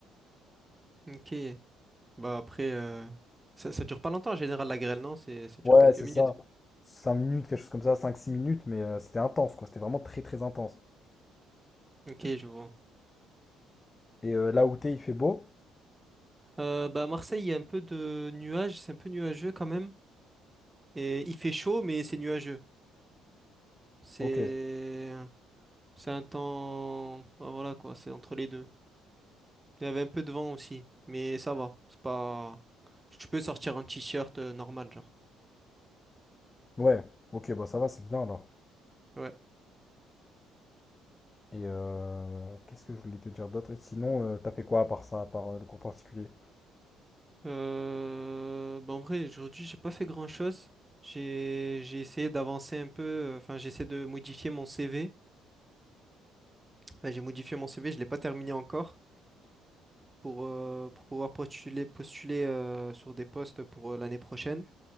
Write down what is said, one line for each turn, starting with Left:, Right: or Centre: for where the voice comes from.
Right: ok. Bah après, euh, ça, ça dure pas longtemps en général la grêle, non? C'est, ça dure
Left: Ouais,
Right: quelques
Left: c'est
Right: minutes.
Left: ça. cinq minutes, quelque chose comme ça, cinq six minutes, mais euh, c'était intense, quoi. C'était vraiment très très intense.
Right: Ok, je vois.
Left: Et euh, là où t'es, il fait beau.
Right: Euh, bah à Marseille, il y a un peu de nuages, c'est un peu nuageux quand même. Et il fait chaud, mais c'est nuageux. C'est,
Left: Ok.
Right: c'est un temps, bah, voilà quoi, c'est entre les deux. Il y avait un peu de vent aussi, mais ça va. C'est pas. Tu peux sortir un t-shirt euh, normal, genre.
Left: Ouais, ok, bah ça va, c'est bien alors.
Right: Ouais.
Left: Et euh, qu'est-ce que je voulais te dire d'autre? Et sinon, euh, t'as fait quoi à part ça, à part euh, le cours particulier?
Right: Euh... Bah, en vrai, aujourd'hui, j'ai pas fait grand-chose. J'ai j'ai essayé d'avancer un peu. euh, Enfin, j'ai essayé de modifier mon CV. Enfin, j'ai modifié mon CV, je l'ai pas terminé encore pour, euh, pour pouvoir postuler, postuler euh, sur des postes pour euh, l'année prochaine.